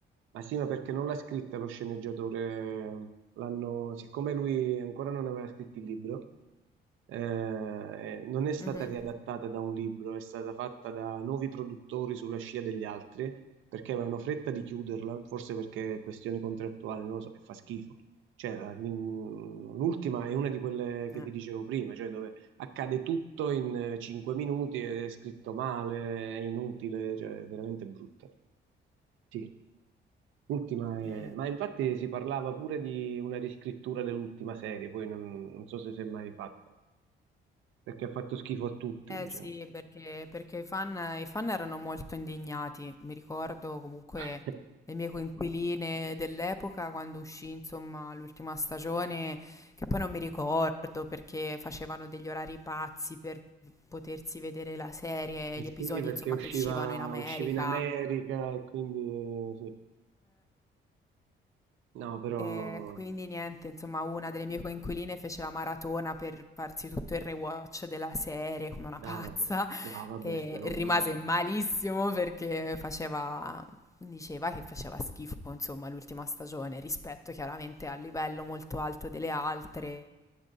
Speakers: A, on the right; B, on the left.
A: ma sì, ma perché non l'ha scritta lo sceneggiatore? eh, L'hanno, siccome lui ancora non aveva scritto il libro, eh, non è stata
B: Mhm.
A: riadattata da un libro, è stata fatta da nuovi produttori sulla scia degli altri perché avevano fretta di chiuderla, forse perché questioni contrattuali, non lo so, e fa schifo. Cioè, la- mm, l'ultima è una di quelle che
B: Eh,
A: ti dicevo prima, cioè dove accade tutto in eh, cinque minuti, è scritto male, è inutile, cioè è veramente brutta. Sì, l'ultima è...
B: mm.
A: Ma infatti si parlava pure di una riscrittura dell'ultima serie, poi non, non so se si è mai fatta perché ha fatto schifo a tutti,
B: Eh
A: diciamo.
B: sì, perché, perché i fan, i fan erano molto indignati. Mi ricordo comunque
A: <laughs>
B: le mie coinquiline dell'epoca quando uscì, insomma, l'ultima stagione, che poi non mi ricordo perché facevano degli orari pazzi per potersi vedere la serie,
A: E
B: gli
A: sì,
B: episodi,
A: perché
B: insomma,
A: usciva,
B: che uscivano in America.
A: usciva in America e quindi eh, sì. No, però
B: E quindi niente, insomma, una delle mie coinquiline fece la maratona per farsi tutto il rewatch della serie come una pazza
A: no, vabbè, no, vabbè,
B: e
A: sta roba.
B: rimase malissimo perché faceva, diceva che faceva schifo, insomma, l'ultima stagione rispetto chiaramente al livello molto alto delle altre,